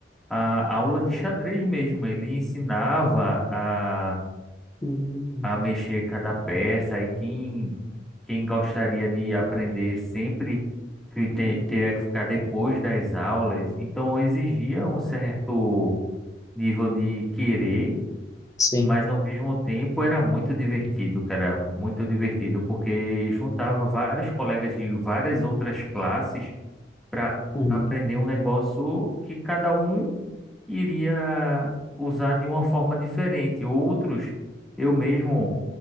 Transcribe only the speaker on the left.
Uhum.
Sim.
Uhum.